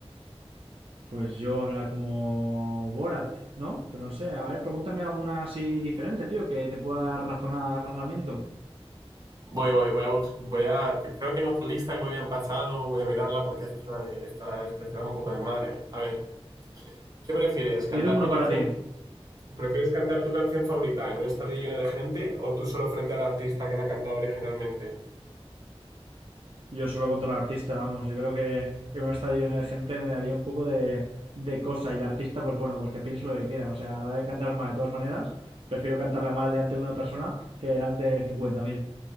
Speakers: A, on the right; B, on the right.
A: Pues yo hablar como Borat, ¿no? Pero no sé. A ver, pregúntame alguna así diferente, tío, que te pueda dar razona- razonamiento.
B: Voy, voy, voy a, bus- voy a. Creo que tengo otra lista que me habían pasado. Voy a mirarla porque es que la de esta, esta se va un poco de madre. A ver, ¿qué prefieres? ¿Cantar
A: Yo tengo uno
B: tu canción?
A: para ti.
B: ¿Prefieres cantar tu canción favorita en un estadio lleno de gente o tú solo frente al artista que la cantaba originalmente?
A: Yo solo contra el artista, vamos. Yo creo que en un estadio lleno de gente me daría un poco de, de cosa y el artista, pues bueno, pues que piense lo que quiera. O sea, a la hora de cantar mal de todas maneras, prefiero cantarla mal delante de una persona que delante de cincuenta mil